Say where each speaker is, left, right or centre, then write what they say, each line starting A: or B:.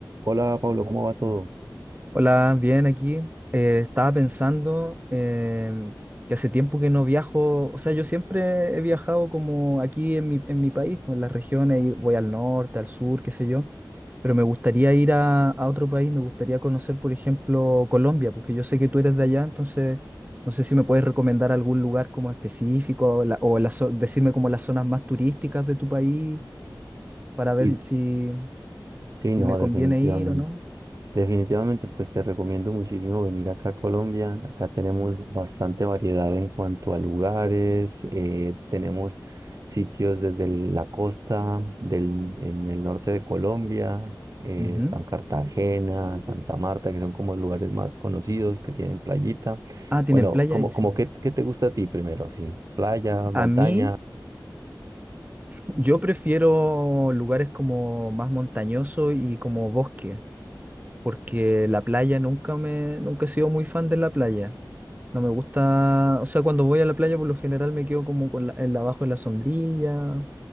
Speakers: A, on the right; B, on the right.
A: Hola Pablo, ¿cómo va todo?
B: Hola, bien aquí. Eh, estaba pensando em, que hace tiempo que no viajo, o sea, yo siempre he viajado como aquí en mi, en mi país, pues en las regiones, y voy al norte, al sur, qué sé yo, pero me gustaría ir a, a otro país, me gustaría conocer, por ejemplo, Colombia, porque yo sé que tú eres de allá, entonces no sé si me puedes recomendar algún lugar como específico o, la- o la zo- decirme como las zonas más turísticas de tu país para ver
A: Y
B: si,
A: sí,
B: si
A: no,
B: me
A: definitivamente.
B: conviene ir o no.
A: Definitivamente, pues te recomiendo muchísimo venir acá a Colombia. Acá tenemos bastante variedad en cuanto a lugares. eh, tenemos sitios desde el- la costa del, en el norte de Colombia, eh,
B: Ujú.
A: San Cartagena, Santa Marta, que son como lugares más conocidos que tienen playita.
B: Ah, tienen
A: Bueno,
B: playa
A: como,
B: ahí, sí.
A: como qué, qué te gusta a ti primero? Sí, playa, montaña.
B: A mí... Yo prefiero lugares como más montañosos y como bosque, porque la playa nunca me, nunca he sido muy fan de la playa. No me gusta, o sea, cuando voy a la playa por lo general me quedo como con la, en la- abajo de la sombrilla,